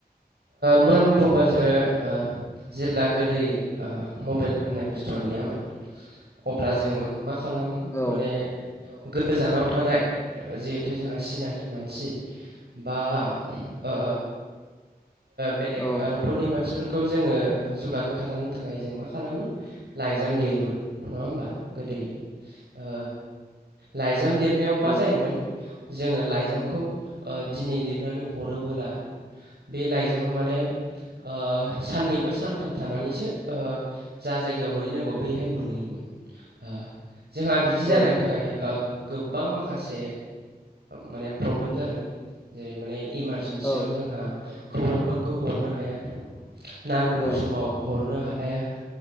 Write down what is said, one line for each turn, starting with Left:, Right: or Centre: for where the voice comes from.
Right: मोजां बुङोबा जोङो ओ जेब्ला गोदो मबाइल होननाय बुस्थुआ गैयामोन अब्ला जोङो मा खालामो
Left: औ
Right: माने गोजानाव थानाय जिहेथु जोंहा सिनाखि मानसि बा ओ बेलेग
Left: औ
Right: न'खरनि मानसिफोर खौ जोङो जगाजग खालामनो थाखाय जों मा खालामोन लाइजाम लिरोमोन। नङा हबा गोदो ओ लाइजाम लिरनायाव मा
Left: औ
Right: जायोमोन। जोङो लाइजामखौ ओ दिनै लिरनानै हरोबोला। बे लाइजामा माने ओ साननै बा सानथाम थानानैसो ओ जा जायगायाव मोनहैनांगौ बैहाय मोनहैयो। जोंहा बिदि जानायनि
Left: औ
Right: थाखाय। गोबां माखासे माने प्रब्लेम जादों जेरै माने इमारजेन्सियाव
Left: औ
Right: जोंहा खौरांफोरखौ हरनो हाया। नांगौ
Left: ए
Right: समाव हरनो हाया